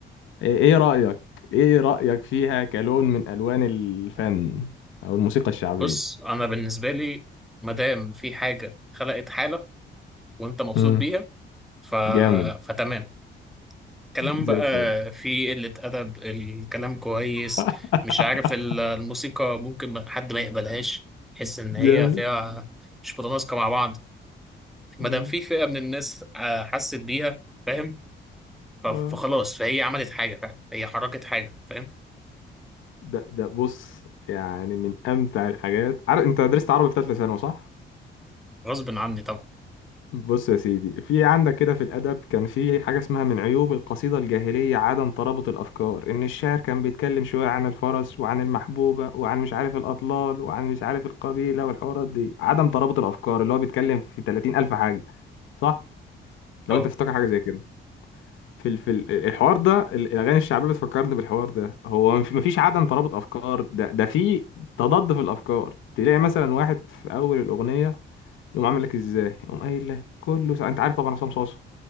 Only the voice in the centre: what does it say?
بص انا بالنسبه لي ما دام في حاجه خلقت حاله وانت مبسوط
بيها ف...
فتمام كلام
بقى
فيه قلة أدب الكلام كويس
مش عارف ال- الموسيقى ممكن ما- حد ما يقبلهاش يحس إن هي
فيها مش متناسقة مع بعض ما
دام في فئة من الناس آه، حست بيها فاهم ف- فخلاص
فهي عملت حاجة فاهم هي حركت حاجة فاهم
غصب عني طبعا
اه